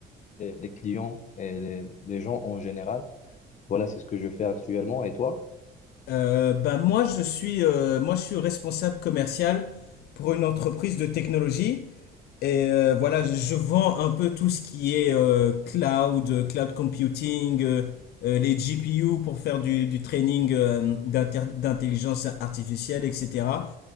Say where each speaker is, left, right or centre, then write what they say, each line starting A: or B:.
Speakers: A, on the left (about 45°); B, on the left (about 70°).
A: les, les clients et les, les gens en général. Voilà, c'est ce que je fais actuellement. Et toi?
B: Euh, bah moi je suis euh, moi je suis responsable commercial pour une entreprise de technologie et euh, voilà je, je vends un peu tout ce qui est euh, cloud, euh, cloud computing, euh, euh, les GPU pour faire du, du training euh, d'inter- d'intelligence artificielle etc.